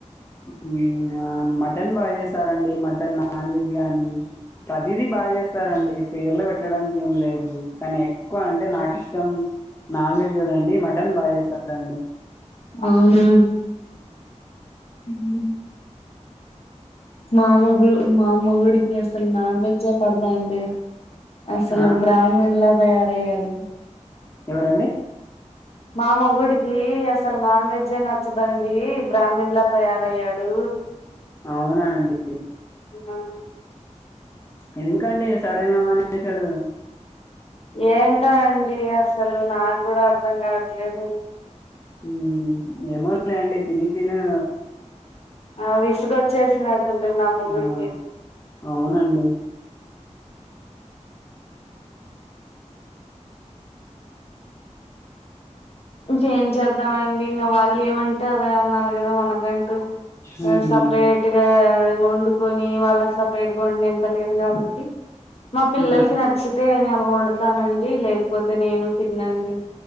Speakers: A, on the left; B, on the left.
A: హ్మ్ ఆ మటన్ బాగా చేసారండి. మటన్ నాన్ వెజ్ గానీ ప్రతిది బాగా చేస్తారండి. పేర్లు పెట్టడానికి ఏం లేదు. కానీ ఎక్కువ అంటే నాకు ఇష్టం నాన్ వెజ్ కదండి. మటన్ బాగా చేస్తారా అండి.
B: అవునా హ్ మా మొగు మా మొగుడికి అసలు నాన్ వెజ్జే పడదు అండి. అసలు
A: ఆ,
B: బ్రాహ్మన్లా తయారయ్యడు
A: ఎవరండి
B: మా మొగుడికి అసలు నాన్ వెజ్జే నచ్చదండి. బ్రాహ్మీన్ లా తయారయ్యాడు.
A: అవునా అండి.
B: ఆ
A: ఎందుకండి సడన్ గా మానేషాడు
B: ఏంటో అండి అసలు నాకు కూడా అర్ధం గావట్లేదు.
A: హ్మ్ ఏమో లే అండి తిని తినీ
B: ఆ విసుగోచ్చేసినట్టుంది. మా మొగుడికి
A: ఆ, అవునండి
B: ఇంకేం చేద్దామండి. ఇంకా వాళ్ళు ఏమంటే అదే అనాలి కదా మనకంటూ
A: మ్మ్,
B: సప్రేట్గా వండుకొని వాళ్ళకి సపరేట్గా వండే అంత లేదు గాబట్టి మా పిల్లలకి
A: మ్మ్.
B: నచ్చితే వండుతానండి లేకపోతే నేను తినండి